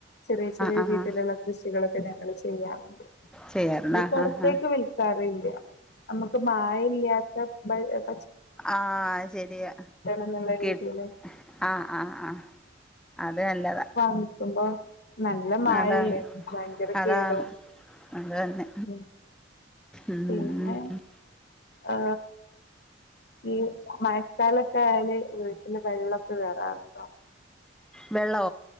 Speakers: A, on the left (about 55°); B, in the centre.
A: ചെറിയ ചെറിയ
B: ആഹ്
A: രീതിയിലുള്ള
B: ആഹ്
A: കൃഷികളൊക്കെ ഞങ്ങള് ചെയ്യാനുണ്ട്
B: ചെയ്യാറുണ്ട്
A: അത്
B: ആഹ്
A: പുറത്തേക്ക്
B: ആഹ് ആഹ്
A: വിൽക്കാറ <unintelligible> നമുക്ക് മായയില്ലാത്ത <unintelligible>
B: ആ ശരിയാ
A: എന്നുള്ള
B: കി
A: രീതിയില്
B: ആഹ് ആഹ് ആഹ അത് നല്ലതാ
A: ത്പ നല്ല മായല്ലേ
B: അതാണ്
A: ഭയങ്കര
B: അതാണ്
A: കേടോ
B: അത് തന്നെ
A: ഉം
B: ഉം
A: പിന്നെ ആ ഈ മഴക്കാലൊക്കെ ആയാല് വീട്ടില് വെള്ളമൊക്കെ വരാറുണ്ടോ
B: വെള്ളോ